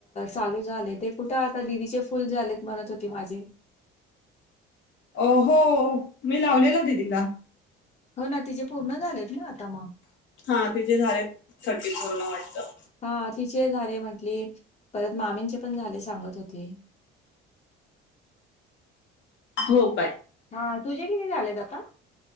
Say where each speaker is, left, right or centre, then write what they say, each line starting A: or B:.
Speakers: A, on the left; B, on the left.
A: चालू झाले ते कुठ आता दिदीचे फुल झालेत. म्हणत होती माझे
B: अ हो मी लावलेला दिदीला
A: हो नां तिचेे पूर्ण झालेतं नां आता म
B: हां तिचे झांलेत थर्टीफोरन वाटतं.
A: हा तिचे झाले म्हंटली परतं मामींचे पण झाले सांगत होती.
B: हो काय?
A: हा तुझे किती झालेत आता